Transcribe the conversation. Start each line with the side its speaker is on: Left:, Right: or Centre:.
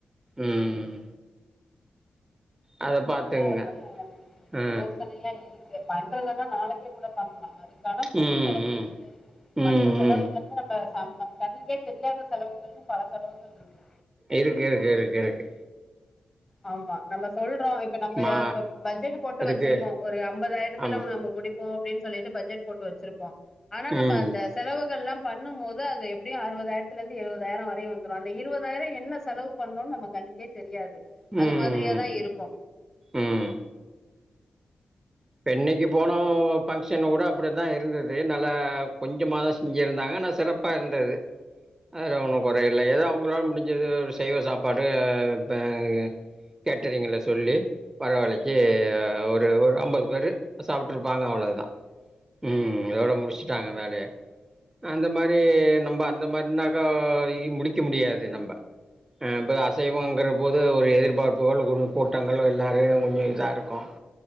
Right: ம் அத
Left: அதுனாலதா
Right: பாத்துங்க ஆ
Left: யோசனையா இருக்கு பன் பண்றதுன நாளைக்கே கூட பண்லா அது க்கான பொருள்
Right: ம்
Left: செலவு
Right: ம் ம்
Left: மத்த செலவுக்கு
Right: ம்
Left: வந்து நம்ம ஆமா கண்ணுக்கே தெரியாத செலவுகள்ன்னு பல செலவுகள்ருக்கு
Right: இருக்கிருக் கிருக் கிருக்கு
Left: ஆமா நம்ம சொல்றோ இப்ப நம்ப
Right: மா
Left: இப்ப பட்ஜெட் போட்டு
Right: அதுக்கு
Left: வச்சிருப்போ ஒரு ஐம்பதாயிரத்துல
Right: ஆமா
Left: நம்ம முடிப் போ அப்டினு சொல்லிட்டு ப்ஜெட் போட்டு வச்சுருப்போ ஆனா நம்ம
Right: ம்
Left: அந்த செலவுகள்லா பண்ணு போது அது எப்படியு அறுவதாயிரத்துலருந்து எழுபதாயிர வரையு வந்துரு அந்த இருவதாயிரோ என்ன செலவு பண்ணேன்ணு நம கண்ணுகே தெரியாது
Right: ம்
Left: அது மாதிரியாதா இருக்கு
Right: ம் இப்ப இன்னக்கி போன ஃபங்க்ஷன் கூட அப்படி தா இருந்தது நல்லா கொஞ்சமா தா செஞ்சிருந்தாங்க ஆனா சிறப்பா இருந்தது அதுல ஒன்னு கொறயில்லை ஏதோ அவுங்களால முடிஞ்சது ஒரு சைவ சாப்பாடு பே கேட்டரிங்கில சொல்லி பரவாலைக்கு ஒரு ஒரு ஐம்பது வரு சாப்ட்டுருப்பாங்க அவ்ளோதா உம் இதோட முடிச்சுட்டாங்க வேலய அந்த மாரி நம்ப அந்த மாரினாக்கா இ முடிக்க முடியாது நம்ப ஆ ப அசைவோங்கிற போது ஒரு எதிர்பார்ப்புகள் குழு கூட்டங்கள் வர எல்லாரையு <unintelligible> இருக்கோ